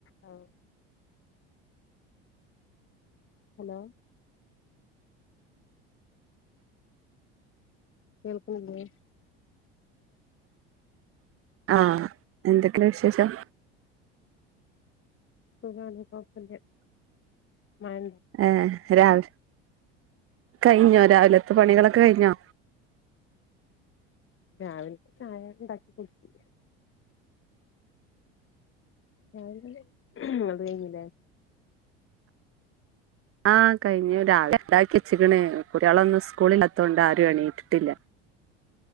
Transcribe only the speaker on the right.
ആഹ് എന്തൊക്കെ വിശേഷം?
ഏ രാവ കയ്ഞ്ഞോ രാവിലത്തെ പണികളൊക്കെ കഴിഞ്ഞോ?
ആഹ് കഴിഞ് രാവിലെ ണ്ടാക്കിച്ച്ക്ക്ണ് കുട്യാളൊന്നും സ്കൂളില്ലാത്തോണ്ട് ആരും എണീറ്റിട്ടില്ല.